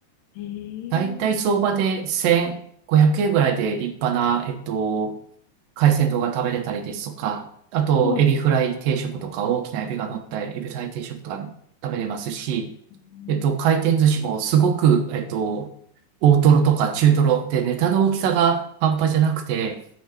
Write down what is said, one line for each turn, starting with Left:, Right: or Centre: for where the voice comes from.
Left: い。へえ、
Right: だいたい相場で1500円ぐらいで立派な、えっと、海鮮丼が食べれたりですとか、あと、
Left: はい。
Right: エビフライ定食とか、大きなエビが乗ったエビフライ定食とか食べれますし、
Left: うん
Right: えっと、回転寿司もすごく、えっと、大トロとか中トロでネタの大きさが半端じゃなくて、